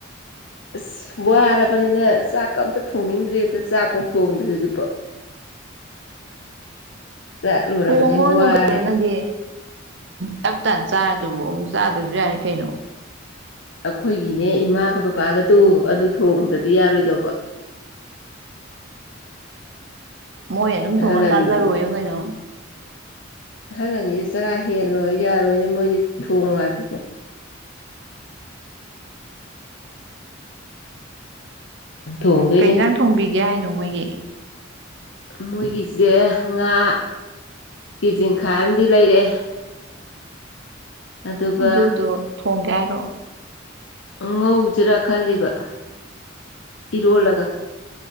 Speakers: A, on the left; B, on the right.
A: ꯑꯁ ꯋꯥꯔꯕꯅꯤꯅ ꯆꯥꯛ ꯑ ꯑꯃꯇ ꯊꯣꯡꯅꯤꯡꯗ꯭ꯔꯦꯗ ꯆꯥꯛꯐꯧ ꯊꯣꯡꯗ꯭ꯔꯤ ꯍꯧꯖꯤꯛꯄꯥꯎ ꯆꯠꯂꯨꯔꯕꯅꯤ
B: ꯊꯣꯡꯉꯨꯔꯅꯨ
A: ꯋꯥꯔꯦ
B: ꯀꯩꯅꯣ ꯅꯪꯗꯤ ꯇꯞꯇꯥꯥꯅ ꯆꯥꯔ ꯑꯗꯨꯕꯨ ꯑꯃꯨꯛ ꯆꯥꯗ꯭ꯔꯁꯨ ꯌꯔꯦ ꯀꯩꯅꯣ
A: ꯑꯩꯈꯣꯏꯒꯤꯅꯦ ꯏꯃꯥꯒ ꯕꯕꯥꯒꯗꯣ ꯑꯗꯨ ꯊꯣꯡꯗꯔꯗꯤ ꯌꯥꯔꯣꯏꯗꯧꯕ
B: ꯃꯣꯏ ꯑꯗꯨꯝ
A: ꯑꯍꯜ
B: ꯊꯣꯡꯉ
A: ꯑꯅꯤꯁꯤꯗꯤ
B: ꯆꯥꯖꯔꯣꯌꯣ ꯀꯩꯅꯣ
A: ꯑꯍꯜ ꯑꯅꯤꯁꯦ ꯆꯔꯥ ꯍꯦꯜꯂꯣꯏ ꯌꯥꯔꯣꯏꯅꯦ ꯃꯣꯏꯗꯤ ꯊꯣꯡꯉꯣ ꯍꯥꯏꯕꯁꯦ ꯎꯝ ꯊꯣꯡꯗꯣꯏꯅꯦ
B: ꯀꯩ ꯏꯟꯖꯥꯡ ꯊꯣꯡꯕꯤꯒꯦ ꯍꯥꯏꯅꯣ ꯃꯣꯏꯒꯤ
A: ꯃꯣꯏꯒꯤꯁꯦ ꯉꯥ ꯀꯦꯖꯤ ꯃꯈꯥꯏ ꯑꯃꯗꯤ ꯂꯩꯔꯛꯑꯦ ꯑꯗꯨꯒ
B: ꯑꯗꯨꯗꯣ ꯊꯣꯡꯒꯦ ꯍꯥꯏꯔꯣ
A: ꯉꯧꯁꯤꯔꯥ ꯈꯜꯂꯤꯕ ꯏꯔꯣꯜꯂꯒ